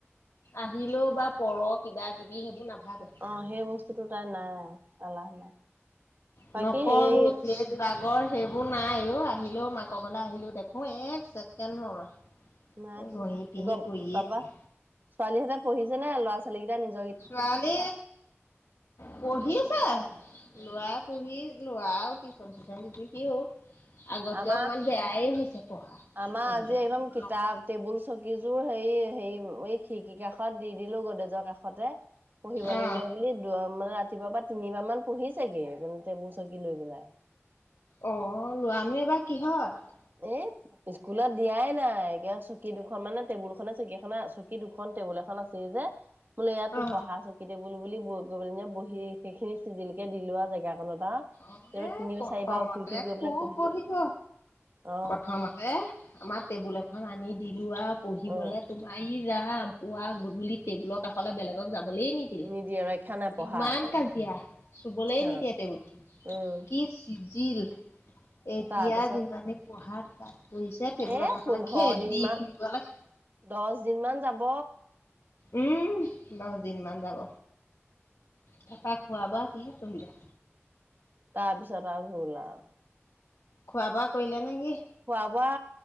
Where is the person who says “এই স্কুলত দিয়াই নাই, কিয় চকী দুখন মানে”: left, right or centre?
Right